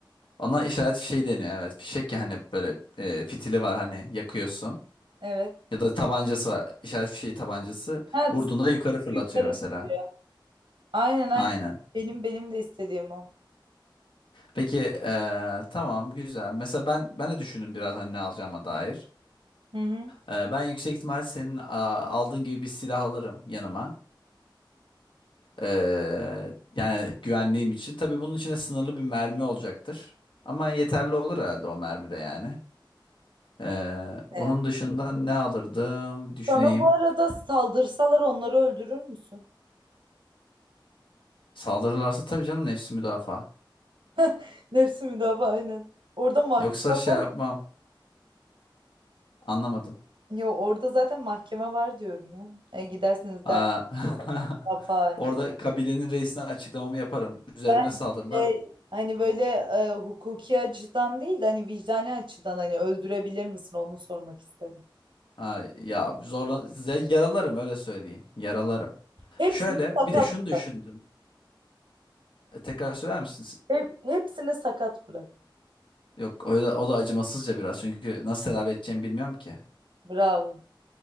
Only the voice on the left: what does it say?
ona işaret fişeği deniyor evet. Fişek yani böyle e, fitili var hani yakıyorsun.
Ya da tabancası var. İşaret fişeği tabancası.
Vurduğunda yukarı fırlatıyor
mesela.
Aynen.
Peki eee, tamam güzel. Mesela ben ben de düşündüm biraz hani ne alacağıma dair.
Eee, ben yüksek ihtimal senin a- aldığın gibi bir silah alırım yanıma. Eee, yani güvenliğim için. Tabii bunun içinde sınırlı bir mermi olacaktır. Ama yeterli olur herhalde o mermi de yani. Eee onun
dışında ne alırdım düşüneyim.
Saldırırlarsa tabii canım nefsi müdafaa.
Yoksa şey
yapmam. Anlamadım.
Aa,
<laughs>
Orada kabilenin reisine açıklamamı yaparım. Üzerime
saldırırlar.
Ha, ya zorlan size yaralarım öyle söyleyeyim. Yaralarım.
Şöyle
bir de şunu düşündüm.
E, tekrar söyler misin?
Yok o da, o da acımasızca biraz çünkü nasıl tedavi edeceğimi bilmiyorum ki.